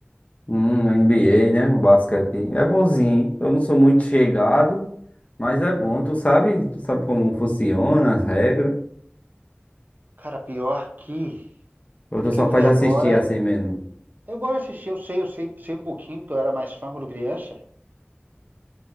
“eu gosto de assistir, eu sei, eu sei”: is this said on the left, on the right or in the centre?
Right